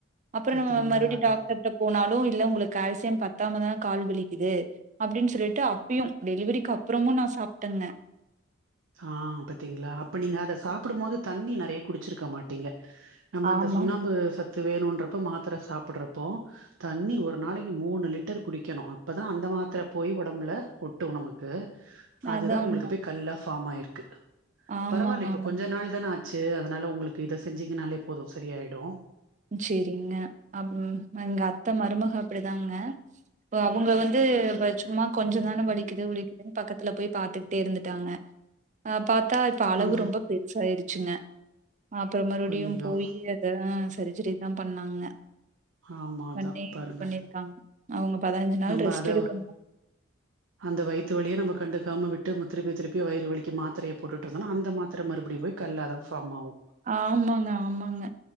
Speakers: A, on the right; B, on the right.
A: அப்பறோ
B: பாத்தீங்களா?
A: நம்ம மறுபடி
B: அதான்.
A: டாக்டர்ட்ட போனாலு வு இல்ல உங்களுக்கு கால்சியம் பத்தமா தா கால் வலிக்குது அப்டின் சொல்லிட்டு அப்பியு டெலிவரிக்கு அப்புறமு நா சாப்ட்டங்க
B: ஆ பாத்தீங்களா அப்ப நீங்க அத சாப்டு போது தண்ணி நெறய குடிச்சிருக்க மாட்டீங்க நம்ம அந்த
A: ஆமா
B: சுண்ணாம்பு சத்து வேணு றப்ப மாத்திர சாப்புட்றப்போ தண்ணி ஒரு நாளக்கி மூணு லிட்டர் குடிக்கணு அப்பதா அந்த மாத்திர போய் ஒடம்புல ஒட்டு நமக்கு அதுதா
A: அதாங்க
B: உங்களுக்கு போய் கல்லா ஃபார்ம் ஆயிருக்கு
A: ஆமாங்க
B: பரவால்ல இப்ப
A: ஆமா
B: கொஞ்ச நாள் தான ஆச் சேர் அதனால உங்ளுக்கு இத செஞ்சிகனாலே போது சரியாயிடு
A: செரிங்க அம் எங்க அத்த மருமக அப்படிதாங்க அவுங்க வந்து சும்மா கொஞ்ச தான வலிக்குது வலிக்குதுனு பக்கத்துல போய் பாத்துக்கிட்டே இருந்துட்டாங்க அப் பாத்தா இப்ப அளவு
B: ஆஹா
A: ரொம்ப பெருசாயிருச்சுங்க அப்றோ மறுபடியு
B: ஐயயோ
A: போய் அத சரிஜரி தா பண்ணாங்க
B: ஆமாதா
A: பண்ணி
B: பாருங்க
A: இது பண்ணிருக்காங்க அவங்க பதினஞ்சு நாள்
B: நம்ப
A: ரெஸ்ட்
B: அத
A: எடுக்கணு
B: அந்த வயித்து வலியே நம்ம கண்டு காம விட்டு ம திருப்பி திருப்பி வயிறு வலிக்கு மாத்திரய போட்டுட்ருந்தோனா அந்த மாத்திர மறுபடியு போய் கல்லா தா ஃபார்ம் ஆவு
A: ஆமாங்க ஆமாங்க